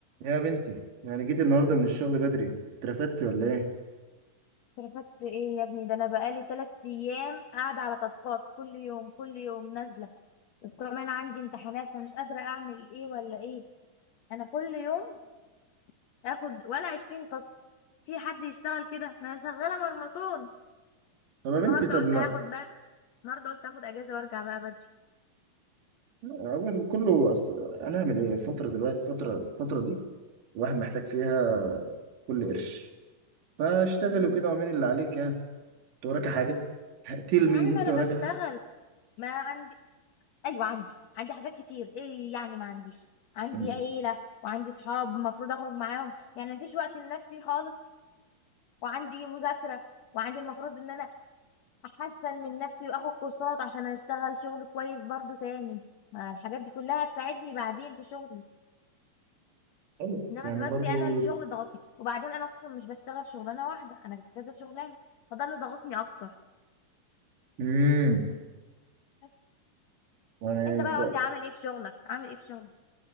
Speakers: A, on the right; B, on the left.
A: يا بنتي يعني جيت النهارده من الشغل بدري اترفدتي ولا ايه
B: رفدت ايه يا ابني ده انا بقالي تلات ايام قاعده على تاسكات كل يوم كل يوم نازله وكمان عندي امتحانات فمش قادره اعمل ايه ولا ايه انا كل يوم اخد ولا عشرين تاسك في حد يشتغل كده ما انا شغاله مرمطون
A: طب يا
B: والنهارده
A: بنتي طب
B: قلت
A: ما
B: هاخد بقى النهارده قلت اخد اجازه وارجع بقى بدري
A: اول كله اصل هنعمل ايه الفتره دلوقتي الفتره الفتره دي الواحد محتاج فيها كل قرش فاشتغلي
B: مم.
A: وكده واعملي اللي عليك يعني انت وراكي حاجه تيل
B: يا
A: مي
B: عمي ما
A: انت
B: انا
A: وراكي
B: بشتغل
A: حاجه
B: ما عندي ايوه عندي عندي حاجات كتير ايه يعني ما عنديش عندي
A: يعني
B: عيله وعندي صحاب المفروض اخرج معاهم يعني مفيش وقت لنفسي خالص وعندي مذاكرة وعندي المفروض ان انا احسن من نفسي واخد كورسات عشان اشتغل شغل كويس برضو تاني ما الحاجات دي كلها هتساعدني بعدين في شغلي
A: حلو بس
B: انما
A: يعني
B: دلوقتي
A: برضو
B: انا الشغل ضغطني وبعدين انا اصلا مش بشتغل شغلانة واحدة انا في كذا شغلانة فده اللي ضغطني اكتر
A: امم
B: بس
A: يعني
B: انت بقى
A: بس
B: قول لي عامل ايه في شغلك عامل ايه في شغلك